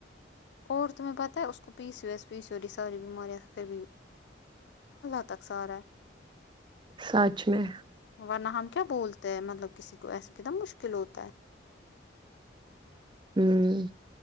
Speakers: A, on the left; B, on the right.
A: اور تمہیں پتہ ہے اس کو P saves S P C O D ساری بیماریاں پھر بھی <unintelligible> تک سارا
B: سچ میں
A: ورنہ ہم کیا بولتے ہیں مطلب کسی کو ایسے کتنا مشکل ہوتا ہے
B: ہمم